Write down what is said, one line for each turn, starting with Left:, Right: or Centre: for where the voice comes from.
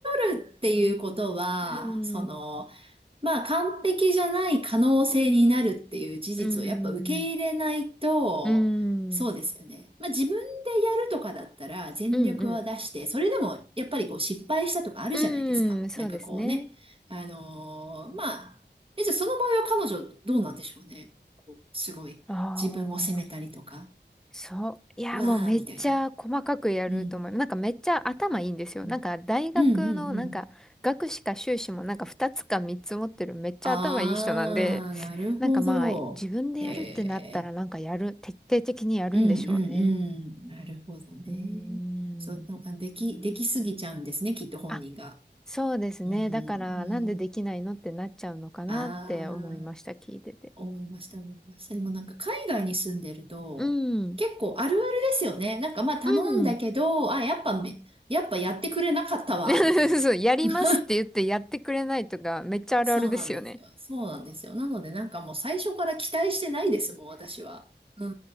Right: 頼るっていうことは、
Centre: うん
Right: その、まあ、完璧じゃない可能性になるっていう事実をやっぱ受け入れないと、
Centre: うん。うん。
Right: そうですよね。まあ、自分でやるとかだったら全力は出して、
Centre: うん。うん。
Right: それでもやっぱりこう失敗したとかあるじゃないですか。
Centre: うん。そうですね。
Right: なんかこうね。あのーまあ、え、じゃあその場合は彼女どうなんでしょうね。こうすごい。
Centre: ああ。
Right: 自分を責めたりとか。
Centre: そう。いや、
Right: わー、
Centre: もうめっちゃ細かくやると思います。
Right: みたいな。うん。
Centre: なんかめっちゃ頭いいんですよ。
Right: うん、
Centre: なんか大学のなんか学士か修士もなんか2つか3つ持ってるめっちゃ頭いい人なんで、
Right: うん、うんうん。あー、なるほど。
Centre: なんかまあ自分でやるってなったらなんかやる、
Right: へえ。
Centre: 徹底的にやるんでしょうね。
Right: うん、うん、うん。なるほどね。
Centre: うーん。
Right: そう、なんかでき、できすぎちゃうんですね、きっと本人が。
Centre: あ、そうですね。
Right: うん、うん。
Centre: だからなんでできないのってなっちゃうのかなって思いました。
Right: あー、
Centre: 聞いてて。
Right: 思いました、思いました。でもなんか海外に住んでると、
Centre: うん。
Right: 結構あるあるですよね。なんかまあ頼んだけど、
Centre: うん。
Right: あ、やっぱめ、やっぱやってくれなかったわ、
Centre: <laughs>
Right: みたいな。
Centre: そう、やりますって言ってやってくれないとか、
Right: <laughs>
Centre: めっちゃあるあるですよね。
Right: そうなんですよ。そうなんですよ。なので、なんかもう最初から期待してないですもん、私は。う